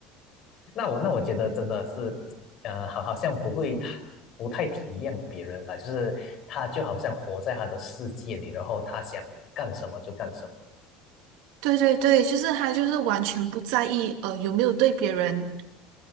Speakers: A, on the left (about 40°); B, on the right (about 70°).
A: 那我那我觉得真的是，呃，好好像不会太不太体谅别人吧，就是他就好像活在他的世界里，然后他想干什么就干什么。
B: 对对对，就是他就是完全不在意，呃，有没有对别人